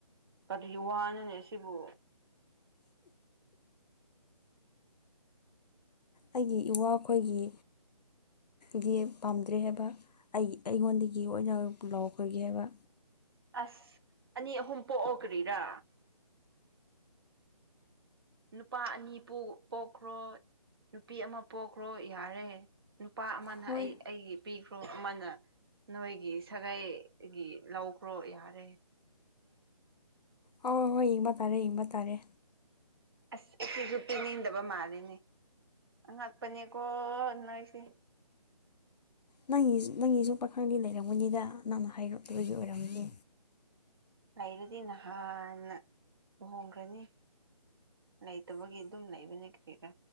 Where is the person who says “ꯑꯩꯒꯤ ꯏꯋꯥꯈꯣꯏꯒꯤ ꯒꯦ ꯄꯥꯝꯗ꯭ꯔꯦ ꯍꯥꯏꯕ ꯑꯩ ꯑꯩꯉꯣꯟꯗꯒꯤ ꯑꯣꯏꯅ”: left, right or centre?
Left